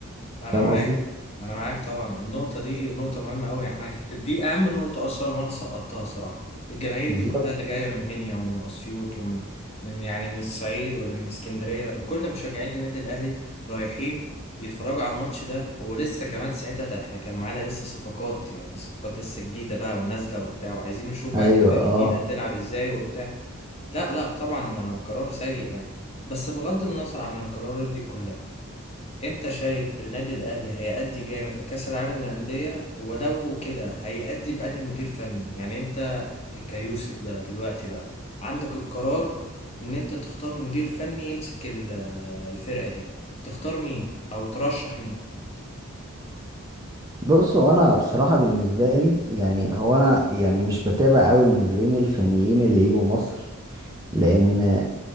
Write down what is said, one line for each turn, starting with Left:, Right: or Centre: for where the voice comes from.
Left: انا
Right: فاهم
Left: معاك
Right: قصدي
Left: انا معاك طبعا النقطه دي نقطه مهمه قوي احنا ك- دي اهم نقطه اصلا وانا سقطتها صراحه الجماهير
Right: بالظبط
Left: دي كلها اللي جايه من منيا ومن اسيوط ومن من يعني من الصعيد ولا من اسكندريه كل مشجعين النادي الاهلي رايحين يتفرجوا على الماتش ده ولسه كمان ساعتها ده احنا كان معانا لسه صفقات يعني صفقات لسه جديده بقى ونازله وبتاع وعايزين نشوف بقى
Right: ايوه
Left: لعيبه
Right: اه
Left: جديده تلعب ازاي وبتاع لا لا طبعا قرار سيء يعني بس بغض النظر عن القرارات دي كلها انت شايف النادي الاهلي هيأدي جامد في كأس العالم للأندية ولو كده هيأدي بأنهي مدير فني يعني انت كيوسف ده دلوقتي بقى عندك القرار ان انت تختار مدير فني يمسك ال- آه، الفرقة دي تختار مين او ترشح مين
Right: بصوا انا بصراحه بالنسبه لي يعني هو انا يعني مش بتابع قوي المديرين الفنيين اللي يجوا مصر لان